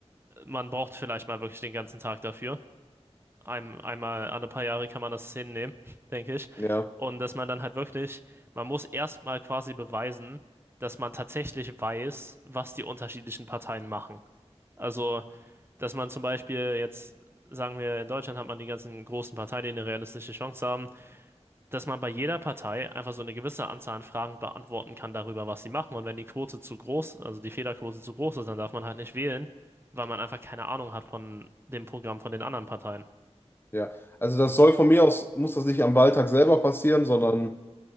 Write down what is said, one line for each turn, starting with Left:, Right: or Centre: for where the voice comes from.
Right: man braucht vielleicht mal wirklich den ganzen Tag dafür ein, einmal alle paar Jahre kann man das hinnehmen, <laughs> denke ich.
Left: ja,
Right: Und dass man dann halt wirklich, man muss erstmal quasi beweisen, dass man tatsächlich weiß, was die unterschiedlichen Parteien machen. Also, dass man zum Beispiel jetzt, sagen wir, in Deutschland hat man die ganzen großen Parteien, die eine realistische Chance haben, dass man bei jeder Partei einfach so eine gewisse Anzahl an Fragen beantworten kann darüber, was sie machen. Und wenn die Quote zu groß, also die Fehlerquote zu groß ist, dann darf man halt nicht wählen, weil man einfach keine Ahnung hat von dem Programm von den anderen Parteien.
Left: ja. Also das soll von mir aus, muss das nicht am Wahltag selber passieren, sondern